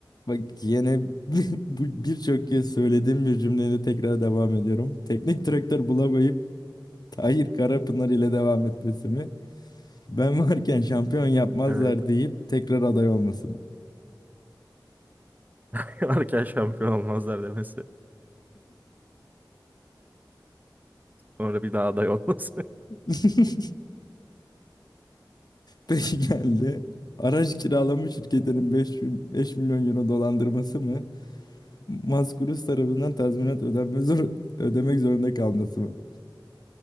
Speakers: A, on the left; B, on the right.
A: Bak yine <laughs> bu birçok kez söylediğim bir cümleyle tekrar devam ediyorum. Teknik direktör bulamayıp Tahir Karapınar ile devam etmesi mi? Ben varken şampiyon yapmazlar
B: Evet.
A: deyip tekrar aday olması mı?
B: <laughs> Varken şampiyon olmazlar demesi. Sonra bir daha aday olması.
A: <laughs> Peki geldi. Araç kiralama şirketinin 5, 5 milyon euro dolandırması mı? Maskurus tarafından tazminat ödenme zor, ödemek zorunda kalması mı? <laughs>